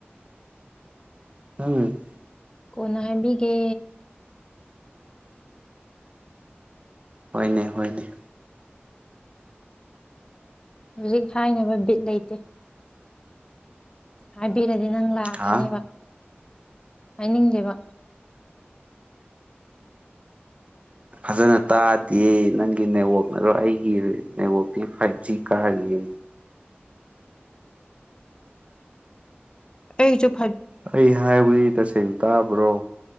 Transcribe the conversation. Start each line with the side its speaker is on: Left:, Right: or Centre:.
Right: ꯎꯝ
Left: ꯀꯣꯅ ꯍꯥꯏꯕꯤꯒꯦ
Right: ꯍꯣꯏꯅꯦ ꯍꯣꯏꯅꯦ
Left: ꯍꯧꯖꯤꯛ ꯍꯥꯏꯅꯕ ꯕꯤꯠ ꯂꯩꯇꯦ ꯍꯥꯏꯕꯤꯔꯗꯤ ꯅꯪ ꯂꯥꯛꯀꯅꯤꯕ
Right: ꯍꯥ
Left: ꯍꯥꯏꯅꯤꯡꯗꯦꯕ
Right: ꯐꯖꯅ ꯇꯥꯗꯤꯌꯦ ꯅꯪꯒꯤ ꯅꯦꯋꯥꯛ ꯑꯗꯣ ꯑꯩꯒꯤ ꯅꯦꯋꯥꯛꯇꯤ ꯐꯥꯏꯚ ꯖꯤ ꯀꯥꯔꯤꯌꯦ
Left: ꯑꯩꯖꯨꯞ
Right: ꯑꯩ ꯍꯥꯏꯕꯗꯤ ꯇꯁꯦꯡ ꯇꯥꯕ꯭ꯔꯣ